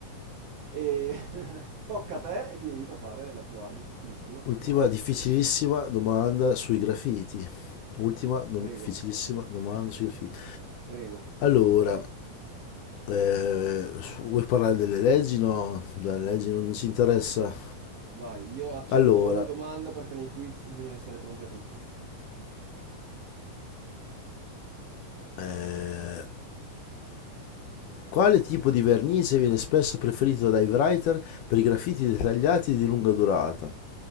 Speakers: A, on the right; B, on the left.
A: E <laughs> tocca a te e ti invito a fare la tua difficilissima
B: Ultima
A: domanda.
B: difficilissima domanda sui graffiti, ultima dom-
A: Prego,
B: difficilissima domanda sui graffiti.
A: prego.
B: Allora, eh, su- vuoi parlare delle leggi? No, delle leggi non ci interessa.
A: Vai, io accetto
B: Allora,
A: ogni domanda perché nei quiz bisogna essere pronti a tutto.
B: eh, Quale tipo di vernice viene spesso preferito dai writer per i graffiti dettagliati di lunga durata?